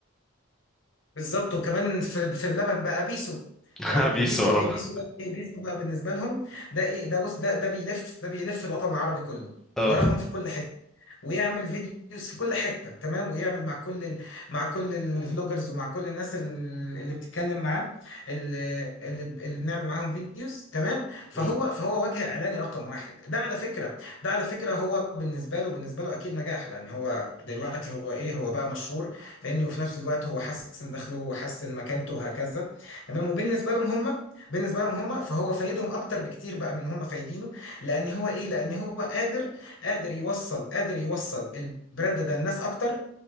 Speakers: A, on the left; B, in the centre.
A: بالظبط وكمان في في اللبن بقى بيسو
B: <laughs>
A: تمام
B: بيسو
A: بيسو
B: اه
A: ايه بيسو ده ايه بيسو بقى بالنسبه لهم ده ايه ده بص ده ده بيلف ده بيلف الوطن العربي كله
B: اه
A: وراهم في كل حته ويعمل فيديوز في كل حته تمام ويعمل مع كل ال... مع كل الفلوجرز ومع كل الناس ال- اللي بتتكلم معاه اللي اللي اللي بنعمل معاهم فيديوز تمام فهو
B: امم
A: فهو وجه اعلاني رقم واحد ده على فكره ده على فكره هو بالنسبه له بالنسبه له اكيد نجاح لان هو دلوقتي هو ايه هو بقى مشهور فاهمني وفي نفس الوقت هو حسن دخله وحسن مكانته وهكذا تمام وبالنسبه لهم هم بالنسبه لهم هم فهو فايدهم اكتر بكتير بقى من هم فايدينه لان هو ايه لان هو قادر قادر يوصل قادر يوصل البراند ده للناس اكتر